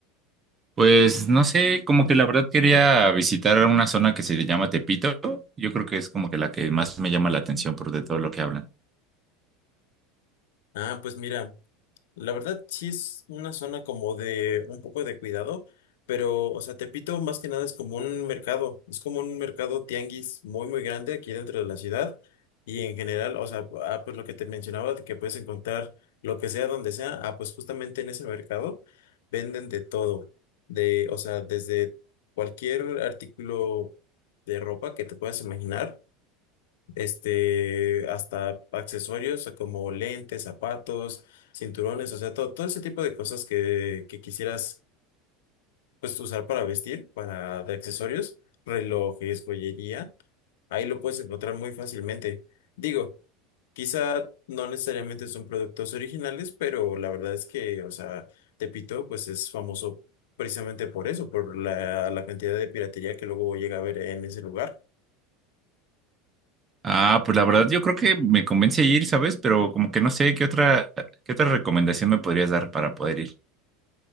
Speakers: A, on the right; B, on the left.
A: Pues no sé, como que la verdad quería visitar una zona que se llama Tepito. Yo creo que es como que la que más me llama la atención por de todo lo que hablan.
B: Ah, pues mira. La verdad, sí es una zona como de un poco de cuidado, pero, o sea, Tepito más que nada es como un mercado, es como un mercado tianguis muy, muy grande aquí dentro de la ciudad y en general, o sea, ah, pues lo que te mencionaba, de que puedes encontrar lo que sea, donde sea, ah, pues justamente en ese mercado venden de todo, de, o sea, desde cualquier artículo de ropa que te puedas imaginar este, hasta accesorios como lentes, zapatos, cinturones, o sea, todo, todo ese tipo de cosas que, que quisieras, pues, usar para vestir, para de accesorios, relojes, joyería, ahí lo puedes encontrar muy fácilmente. Digo, quizá no necesariamente son productos originales, pero la verdad es que, o sea, Tepito, pues, es famoso precisamente por eso, por la, la cantidad de piratería que luego llega a haber en ese lugar.
A: Ah, pues la verdad yo creo que me convence ir, ¿sabes? Pero como que no sé qué otra, qué otra recomendación me podrías dar para poder ir.